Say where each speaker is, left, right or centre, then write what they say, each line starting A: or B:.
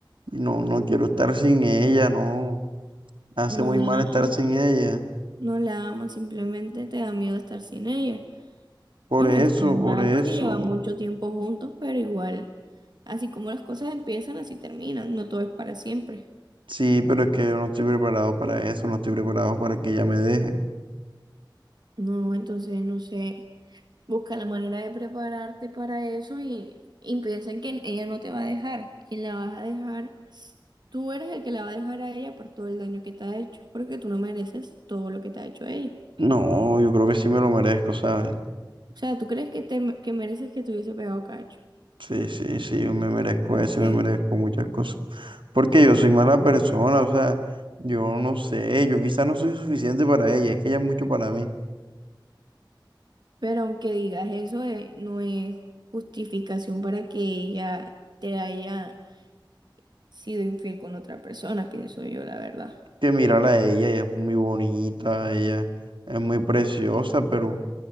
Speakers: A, on the right; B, on the right.
A: y no, no quiero estar sin ella, no, hace
B: No
A: muy
B: la
A: mal estar
B: amas,
A: sin ella.
B: No la amas, simplemente te da miedo estar sin ella.
A: Por
B: Y
A: eso,
B: no es
A: por
B: mal
A: eso.
B: porque llevan mucho tiempo juntos, pero igual, así como las cosas empiezan, así terminan. No todo es para siempre.
A: Sí, pero es que yo no estoy preparado para eso, no estoy preparado para que ella me deje.
B: No, entonces, no sé, busca la manera de prepararte para eso y, y piensa que ella no te va a dejar. Quien la vas a dejar, tú eres el que la va a dejar a ella por todo el daño que te ha hecho, porque tú no mereces todo lo que te ha hecho ella.
A: No, yo creo que sí me lo merezco, ¿sabes?
B: O sea, ¿tú crees que, te, que mereces que te hubiese pegado cacho?
A: Sí, sí, sí, yo me merezco
B: porque
A: eso y me merezco muchas cosas. Porque yo soy mala persona, o sea, yo no sé, yo quizás no soy suficiente para ella, es que ella es mucho para mí.
B: Pero aunque digas eso, eh, no es justificación para que ella te haya sido infiel con otra persona, pienso yo, la verdad.
A: Que mirarla a ella, ella es muy bonita, ella es muy preciosa, pero,